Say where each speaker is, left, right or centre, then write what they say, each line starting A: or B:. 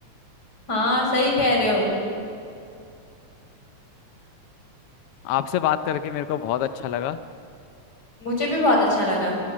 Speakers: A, on the left; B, on the left.
A: हाँ सही कह रहे हो
B: आपसे बात करके मेरे को बहुत अच्छा लगा
A: मुझे भी बहुत अच्छा लगा